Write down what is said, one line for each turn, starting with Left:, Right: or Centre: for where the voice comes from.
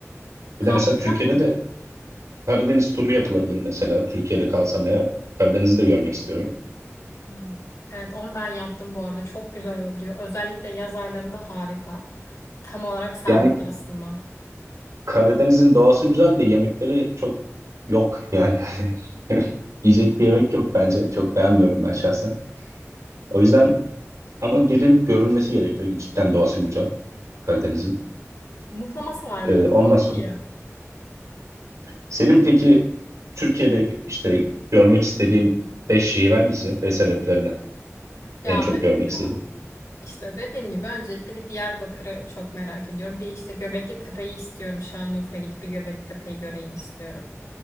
Left: Kamp
Right: Bir de mesela
Left: plan
Right: Türkiye'de
Left: mı?
Right: de Karadeniz turu yapılabilir mesela. Türkiye'de kalsam eğer Karadeniz'i de görmek istiyorum.
Left: Aa, evet onu ben yaptım bu arada. Çok güzel oluyor. Özellikle yaz aylarında harika. Tam olarak senlik
Right: Yani
Left: aslında.
Right: Karadeniz'in doğası güzel de yemekleri çok yok yani. <laughs> Yiyecek bir yemek yok bence. Çok beğenmiyorum ben şahsen. O yüzden Ama girilip görülmesi gerekiyor. Cidden doğası güzel Karadeniz'in.
Left: Muhlaması var
Right: Ee,
Left: bir.
Right: ondan
Left: O
Right: sonra.
Left: iyi.
Right: Senin peki Türkiye'de işte görmek istediğin 5 şehir hangisi ve sebeplerine
Left: Ya
Right: en çok
Left: mesela
Right: görmek istediğin?
Left: işte dediğim gibi öncelikle bir Diyarbakır'ı çok merak ediyorum. Bir işte Göbekli Tepe'yi istiyorum. Şanlıurfa'ya gidip bir Göbekli Tepe'yi göreyim istiyorum.